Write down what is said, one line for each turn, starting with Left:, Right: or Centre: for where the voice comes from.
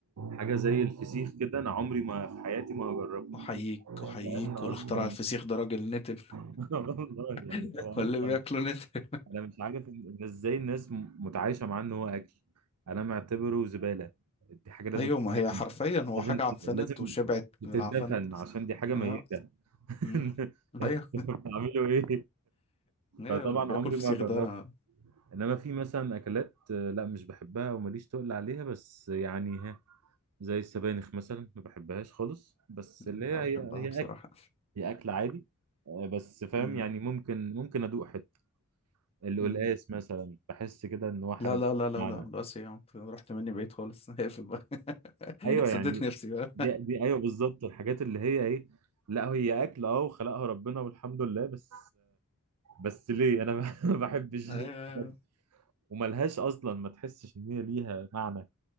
Right: حاجة زي الفسيخ كده أنا عمري ما في حياتي ما هجربها
Left: احييك احييك
Right: لأن أصلا
Left: واللي اخترع الفسيخ ده راجل نتن
Right: <laughs> والله يعني
Left: <laughs>
Right: هو
Left: ولا
Right: أصلا
Left: بياكله نتن
Right: انا مش عارف إن- إن ازاي الناس م- متعايشه معاه ان هو اكل انا معتبره زباله دي حاجه لازم
Left: ايوه ما
Right: تترمي.
Left: هي حرفيا هو
Right: لازم
Left: حاجه عفنت
Right: لازم
Left: وشبعت
Right: تتدفن
Left: من العفن
Right: عشان دي حاجه ميته
Left: اه
Right: <laughs>
Left: مم. ايوه
Right: انتوا بتعملوا ايه
Left: ايه
Right: فطبعا
Left: اللي بياكل
Right: عمري
Left: فسيخ
Right: ما جربت
Left: ده انا
Right: انما في مثلا اكلات آه، لا مش بحبها وماليش تقل عليها بس يعني ها زي السبانخ مثلا ما بحبهاش خالص بس
Left: لا
Right: اللي هي
Left: بحبها
Right: هي هي
Left: بصراحة
Right: اكل هي اكل عادي آه، بس فاهم
Left: مم.
Right: يعني ممكن ممكن ادوق حته القلقاس
Left: مم.
Right: مثلا بحس كده ان هو حاجه
Left: لا
Right: ملهاش
Left: لا لا لا لا
Right: معنى
Left: بس يا عم رحت مني بعيد خالص <laughs> هقفل بقى <laughs>
Right: ايوه
Left: سديت
Right: يعني
Left: نفسي بقى
Right: دي, دي ايوه بالظبط الحاجات اللي هي ايه لا هي اكل اه وخلقها ربنا والحمد لله بس بس ليه انا <laughs> ما بحبش
Left: ايوه
Right: الحاجات
Left: أيوة.
Right: دي. وملهاش اصلا ما تحسش ان هي ليها معنى